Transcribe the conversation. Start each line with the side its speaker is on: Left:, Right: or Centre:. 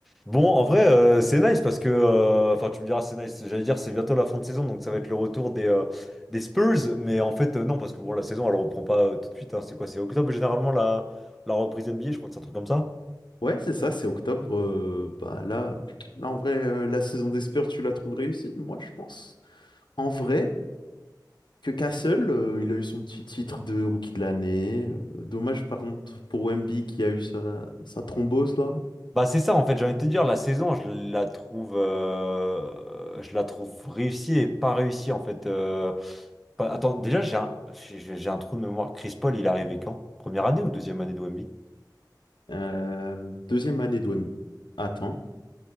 Centre: Bon, en vrai, euh, c'est nice parce que, euh, enfin, tu me diras, c'est nice. J'allais dire, c'est bientôt la fin de saison, donc ça va être le retour des, euh, des Spurs. Mais en fait, euh, non, parce que bon, la saison, elle reprend pas euh, tout de suite. hein. C'est quoi? C'est octobre généralement la, la reprise NBA, je crois que c'est un truc comme ça.
Left: Ouais, c'est ça, c'est octobre. euh, bah là, là, en vrai, euh, la saison des Spurs, tu la trouves réussie? Moi, je pense. En vrai, que Castle, euh, il a eu son petit titre de rookie de l'année. Euh, dommage, par contre, pour Wemby qui a eu sa, sa thrombose, là.
Centre: Bah, c'est ça, en fait, j'ai envie de te dire, la saison, je la trouve, euh, je la trouve réussie et pas réussie, en fait. euh. Bah, attends, déjà, j'ai un, j'ai j'ai- j'ai un trou de mémoire. Chris Paul, il est arrivé quand? Première année ou deuxième année de Wemby?
Left: Euh, deuxième année de Wemby. Attends.